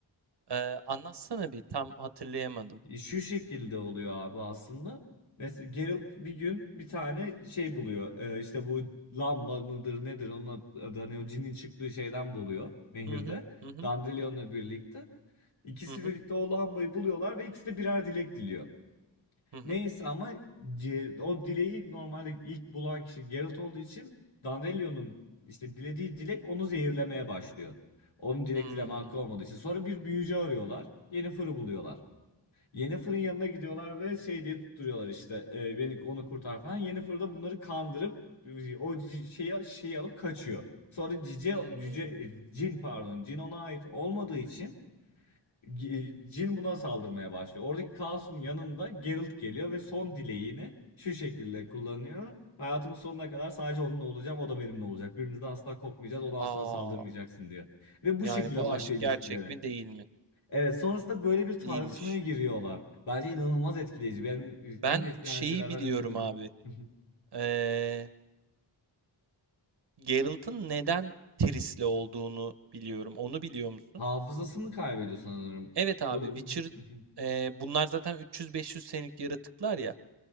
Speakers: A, on the right; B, on the left.
A: Eee, anlatsana bir, tam hatırlayamadım.
B: E, Şu şekilde oluyor abi aslında. Mesela Geralt bir gün bir tane şey buluyor. Ee, işte bu lamba mıdır nedir onun adı hani o cinin çıktığı şeyden buluyor nehirde.
A: Hı hı, hı hı,
B: Dandelion'la birlikte. İkisi
A: hı hı,
B: birlikte o lambayı buluyorlar ve ikisi de birer dilek diliyor.
A: hı hı.
B: Neyse ama C- o dileği normalde ilk bulan kişi Geralt olduğu için Dandelion'un işte dilediği dilek onu zehirlemeye başlıyor. Onun dilek
A: Hımm,
B: dileme hakkı olmadığı için. Sonra bir büyücü arıyorlar. Yennefer'ı buluyorlar. Yennefer'ın yanına gidiyorlar ve şey diye tutturuyorlar işte e, beni onu kurtar falan. Yennefer da bunları kandırıp e, o c- şeyi, şeyi alıp kaçıyor. Sonra cice,
A: hımm.
B: cüce, e, cin pardon cin ona ait olmadığı için G- Jin buna saldırmaya başlıyor. Oradaki kaosun yanında Geralt geliyor ve son dileğini şu şekilde kullanıyor. Hayatımın sonuna kadar sadece onunla olacağım, o da benimle olacak. Birbirimizden asla kopmayacağız, ona
A: A!
B: asla saldırmayacaksın diyor. Ve bu
A: Yani
B: şekilde
A: bu
B: başlıyor
A: aşk gerçek
B: ilişkileri.
A: mi değil mi?
B: Evet, sonrasında böyle bir tartışmaya
A: İyiymiş.
B: giriyorlar. Bence inanılmaz etkileyici. Benim
A: Ben
B: en etkileyen
A: şeyi
B: şeylerden
A: biliyorum
B: birisi buydu.
A: abi,
B: <laughs>
A: eee, Geralt'ın neden Triss'le olduğunu biliyorum. Onu biliyor musun?
B: Hafızasını kaybediyor sanırım.
A: Evet abi,
B: O...
A: Witcher,
B: <laughs>
A: eee, bunlar zaten 300-500 senelik yaratıklar ya.